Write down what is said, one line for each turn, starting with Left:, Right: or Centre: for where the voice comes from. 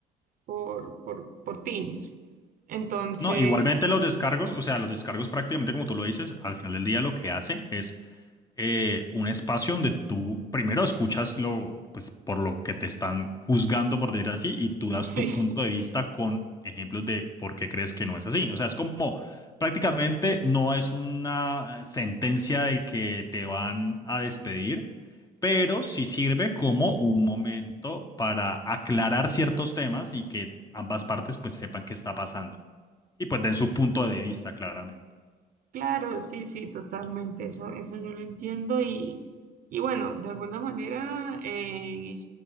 Right: por, por, por Teams. Entonces,
Left: No, igualmente los descargos, o sea, los descargos prácticamente como tú lo dices, al final del día lo que hacen es eh, un espacio donde tú primero escuchas lo, pues, por lo que te están juzgando, por decir así, y tú das
Right: <laughs>
Left: tu punto
Right: sí.
Left: de vista con ejemplos de por qué crees que no es así. O sea, es como prácticamente no es una eh, sentencia de que te van a despedir, pero sí sirve como un momento para aclarar ciertos temas y que ambas partes pues sepan qué está pasando y pues den su punto de vista, claramente.
Right: Claro, sí, sí, totalmente, eso, eso yo lo entiendo y, y bueno, de alguna manera eh,